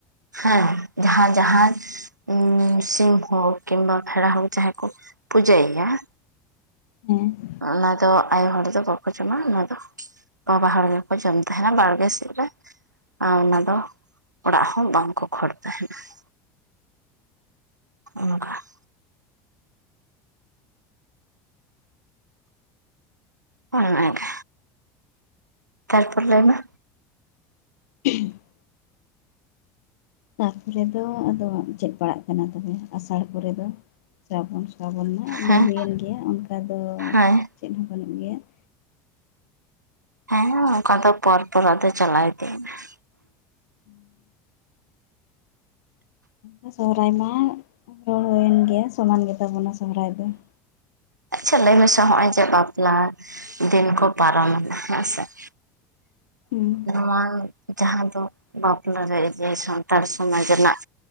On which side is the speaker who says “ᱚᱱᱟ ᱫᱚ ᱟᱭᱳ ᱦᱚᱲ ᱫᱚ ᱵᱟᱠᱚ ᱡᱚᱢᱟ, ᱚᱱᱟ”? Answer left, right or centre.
Right